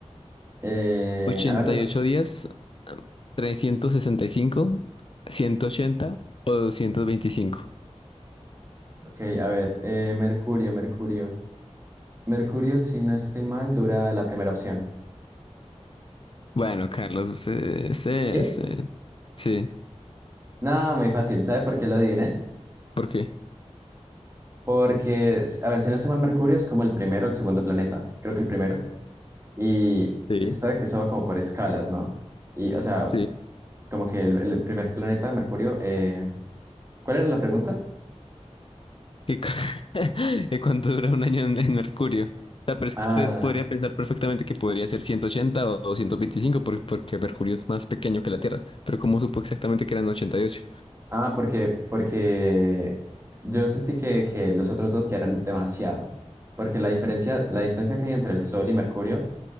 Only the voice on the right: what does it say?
eh,
a ver las
opciones.
Ok, a ver, eh, mercurio, mercurio. Mercurio, si no estoy mal, dura la primera opción.
¿Sí?
No, muy fácil. ¿Sabe por qué lo adiviné?
Porque, s- a ver, si no estoy mal, Mercurio es como el primero, el segundo planeta, creo que el primero, y,
y se sabe que eso va como por escalas, ¿no? Y, o sea,
como que el, el primer planeta, Mercurio, eh, ¿cuál era la pregunta?
Ah,
ah, porque, porque yo sentí que, que los otros dos ya eran demasiado, porque la diferencia, la distancia que hay entre el Sol y Mercurio